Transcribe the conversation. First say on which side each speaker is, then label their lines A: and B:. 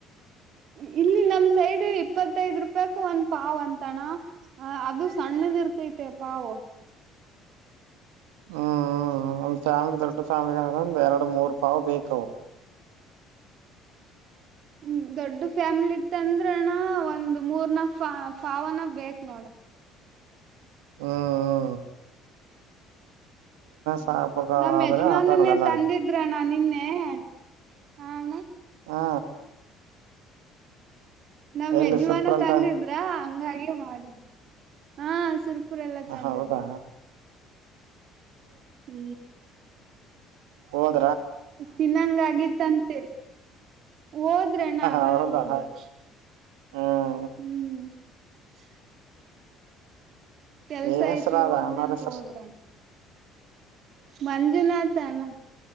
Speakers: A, on the right (about 55°); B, on the right (about 75°).
A: ಈ ಇಲ್ಲಿ ನಮ ಸೈಡ್ ಇಪ್ಪತ್ತೈದ್ ರೂಪಾಯಕ ಒಂದ್ ಪಾವ್ ಅಂತಾನ ಅದು ಸಣ್ಣದ ಇರ್ತ ಇರ್ತೈತೆ ಪಾವು
B: ಹ್ಮ್ ಹ್ಮ್ ಒಂದ್ ಫ್ಯಾಮಿಲಿ ದೊಡ್ಡ ಫ್ಯಾಮ್ಲಿ ಒಂದ್ ಎರಡು ಮೂರುೂ ಪಾವ್ ಬೇಕವು
A: ಹ್ಮ್ ದೊಡ್ಡ ಫ್ಯಾಮಿಲಿ ಇತ್ತ ಅಂದ್ರಣ ಒಂದ್ ಮೂರ್ ನ ಪಾವನ ಬೇಕ ನೋಡ
B: ಹ್ಮ್ ಹ್ಮ್
A: ಹ
B: ಸಾಕ್ಬೇಕ
A: ನಮ್
B: ಆದ್ರೆ
A: ಯಜಮಾನನ್ನೇ
B: ಆತ ನೋಡ ಎಲ್ಲಾರ್ಗ
A: ತಂದಿದ್ರಣ ನಿನ್ನೆ ಹ ಅಣ್ಣ
B: ಹಾ
A: ನಮ್
B: ಎಲ್ಲಿ
A: ಯಜಮಾನ
B: ಸುರ್ಪುರಲ್
A: ತಂದಿದ್ರ ಹಂಗಾಗಿ ಮಾಡಿದ ಹ ಸುರ ರೆ ಎಲ್ಲಾ ತಂದಿದ್ರು
B: ಹೌದಾ
A: ಹ್ಮ್
B: ಹ
A: ತಿನ್ನಂಗ ಆಗಿತ್ತಂತೆ ಹೋದ್ರೆ ಅಣ್ಣ ಆಗಳೇ
B: ಹೌದಾ
A: ಹೋದ್ರರು
B: ಹ್ಮ್
A: ಹ್ಮ್ <unintelligible> ಕೆಲ್ಸ
B: ಏನ್ ಹೆಸರ
A: ಐತಿ ಹೋತಿನಿ
B: ಅದ ಅಣ್ಣಾರ
A: ಅಂತ
B: ಹೆಸರು
A: ಹೋದ್ರಣ ಮಂಜುನಾಥಾ ಅಣ್ಣ